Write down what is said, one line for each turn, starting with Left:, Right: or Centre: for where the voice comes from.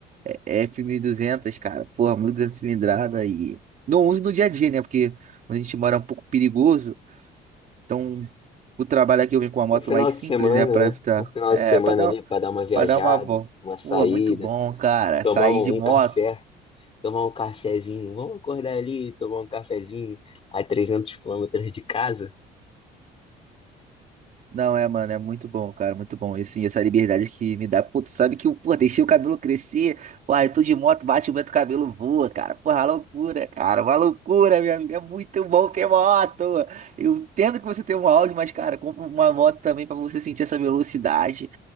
Right: F1200, mil e duzentos, cara. Porra, 1200 cilindrada e não uso no dia a dia, né? Porque onde a gente mora é um pouco perigoso. Então, o trabalho aqui eu venho com uma moto
Left: Um final
Right: mais
Left: de
Right: simples,
Left: semana,
Right: né, pra
Left: né?
Right: evitar.
Left: Um final
Right: É,
Left: de semana
Right: pra dar,
Left: ali pra dar uma viajada,
Right: pra dar uma volta.
Left: uma saída,
Right: Pô, muito bom, cara.
Left: tomar
Right: Sair
Left: um,
Right: de moto,
Left: um café, tomar um cafezinho. Vamos acordar ali, e tomar um cafezinho a 300 quilômetros de casa.
Right: Não, é, mano, é muito bom, cara, muito bom. E assim, essa liberdade que me dá. Pô, tu sabe que eu, pô, deixei o cabelo crescer. porra, eu tô de moto, bate o vento, o cabelo voa, cara. Porra, loucura, cara, uma loucura, meu amigo. É muito bom ter moto. Eu entendo que você tem um Audi, mas, cara, compra uma moto também pra você sentir essa velocidade.